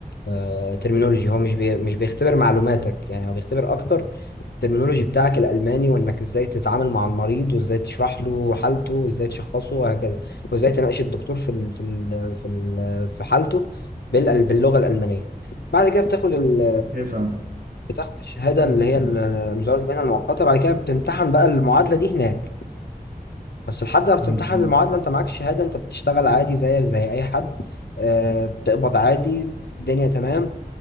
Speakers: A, on the left (about 85°); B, on the right (about 60°).
A: آه، ترمينولوجي هو مش بي مش بيختبر معلوماتك يعني هو بيختبر اكتر الترمينولوجي بتاعك الالماني وانك ازاي تتعامل مع المريض وازاي تشرح له حالته وازاي تشخصه وهكذا وازاي تناقش الدكتور في ال في ال في ال في حالته بال- باللغة الالمانية بعد كده بتاخد ال
B: أوكي فهمت
A: بتاخد الشهادة
B: مم.
A: اللي هي
B: مم.
A: ال- مزاولة المهنة المؤقتة بعد كده بتمتحن بقى المعادلة دي هناك بس لحد ما بتمتحن
B: مم.
A: المعادلة انت معاك شهادة انت بتشتغل عادي زيك زي اي حد آه بتقبض عادي الدنيا تمام